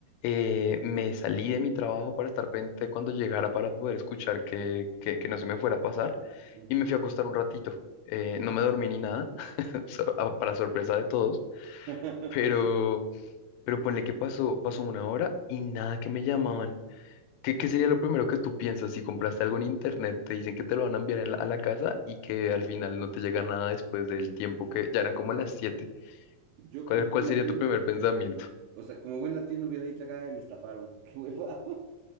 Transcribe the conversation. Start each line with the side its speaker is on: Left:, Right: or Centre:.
Left: eh, me salí de mi trabajo para estar pendiente cuando llegara para poder escuchar que, que, que no se me fuera a pasar.
Right: ujú.
Left: Y me fui a acostar un ratito. eh, no me dormí ni nada, <laughs> so- a- para sorpresa de todos.
Right: <laughs>
Left: Pero, pero ponle que pasó, pasó una hora y nada que me llamaban. ¿Qué, qué sería lo primero que tú piensas si compraste algo en internet? Te dicen que te lo van a enviar en la- a la casa y que al final no te llega nada después del tiempo que ya eran como las siete
Right: Yo
Left: ¿Cuál,
Right: como
Left: cuál
Right: buen
Left: sería
Right: latino,
Left: tu primer pensamiento?
Right: o sea, como buen latino hubiera dicho, ay, me estafaron. <laughs> Qué hueva.